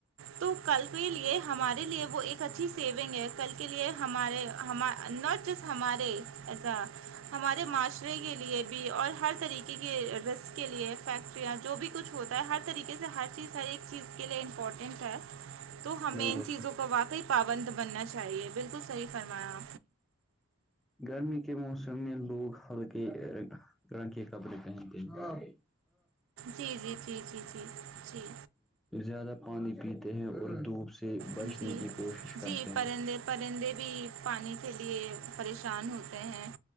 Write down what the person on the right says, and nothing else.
تو کل کے لیے ہمارے لیے وہ ایک اچھی سیونگ ہے کل کے لیے ہمارے ہما نکہ جس ہمارے ایسا ہمارے معاشرے کے لیے بھی اور ہر طریقے کے رزق کے لیے فیکٹریاں جو بھی کچھ ہوتا ہے ہر طریقے سے ہر چیز ہر ایک چیز کے لیے امپورٹنٹ ہے تو ہمیں
ان
چیزوں کا واقعی پابند بننا چاہیے بالکل صحیح فرمایا
جی جی جی جی جی جی
جی
جی پرندے
پرندے بھی پانی کے لیے پریشان ہوتے ہیں